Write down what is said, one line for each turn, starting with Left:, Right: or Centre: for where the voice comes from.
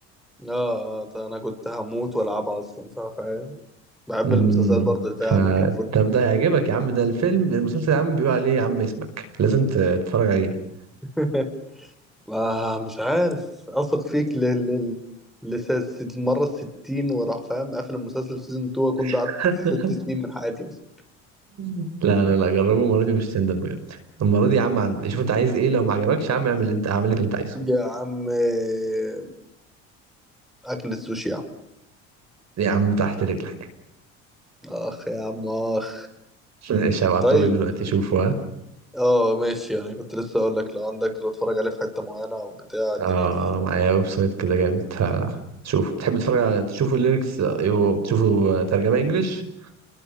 Centre: اه آه، طيب انا كنت هموت والعبها اصلا فا- فاهم بحب
Right: امم
Centre: المسلسلات برضه اللي فيها
Right: فطب
Centre: امريكان فوت
Right: ده يعجبك يا عم ده الفيلم المسلسل يا عم بيقول عليه يا عم اسمك لازم ت- تتفرج عليه
Centre: <laughs> ما مش عارف اثق فيك لل لل لس- المرة الستين وراح فاهم قافل المسلسل في سيزون 2 اكون ضيعت
Right: <laughs>
Centre: ست سنين من حياتي مثلا
Right: لا لا لا جربه المره دي مش هتندم بجد المره دي يا عم عندي شوف انت عايز ايه لو ما عجبكش يا عم اعمل اللي انت هعمل لك اللي انت عايزه
Centre: يا عم آه، اكل السوشي يا عم
Right: يا عم تحت رجلك
Centre: اخ يا عم اخ
Right: ماشي هبعتهولك
Centre: طيب
Right: دلوقتي شوفه ها
Centre: اه آه، ماشي انا كنت لسه اقول لك لو عندك لو اتفرج عليه في حتة معينة او بتاع الدنيا
Right: اه
Centre: دي
Right: آه، معايا ويب سايت كده جامد شوف بتحب تتفرج على تشوفوا الليركس ايوه بتشوفوا ترجمة انجليش